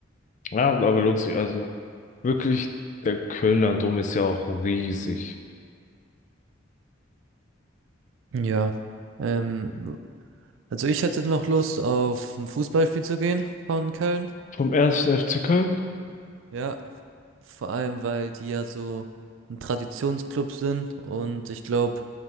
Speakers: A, on the left; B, on the right.
A: Ja, aber lohnt sich. Also wirklich, der Kölner Dom ist ja auch riesig.
B: Ja. Ähm, also ich hätte noch Lust auf ein Fußballspiel zu gehen von Köln.
A: Vom ersten FC Köln.
B: Ja, vor allem, weil die ja so ein Traditionsclub sind und ich glaube,